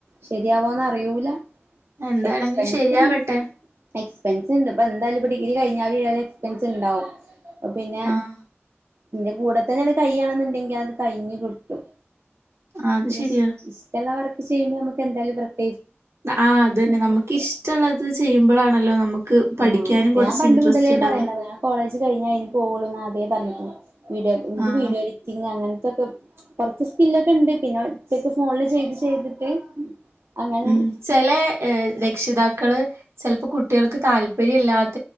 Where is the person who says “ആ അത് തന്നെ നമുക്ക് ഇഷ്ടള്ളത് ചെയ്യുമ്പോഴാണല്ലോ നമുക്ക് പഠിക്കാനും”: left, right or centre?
Right